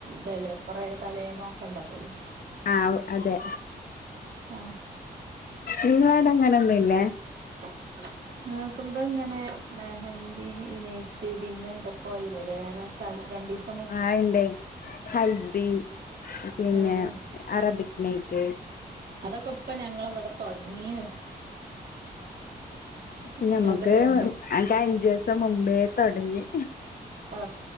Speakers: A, on the right; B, on the left.
A: തല്ലേ കൊറെേ തലേന്നൊക്കെണ്ടാവല്ലോ.
B: ആഹ് അതെ
A: ആഹ്
B: നിങ്ങളഉടെ അങ്ങനൊന്നും ഇല്ലേ?
A: <inaudible> ഇങ്ങക്കിമ്പെങ്ങനെമെഹന്തി ഇ നേറ്റ് പിന്നെ എന്തൊക്ക അല്ലേ വേറെ തലെ രണ്ടിസ.
B: ആ ഇണ്ട് ഹൽദി പിന്നെ
A: ഏഹ്
B: അറബിക്നെയ്റ്റ്.
A: അതൊക്കെ ഇപ്പ ഞങ്ങളവടെ തൊടങ്ങീണ്
B: ഉ നമ്മുക്ക്
A: ഇങ്ങൾതെ കണ്ട്
B: അ അഞ്ചദിവസം മുമ്പേ തൊടങ്ങി
A: ആ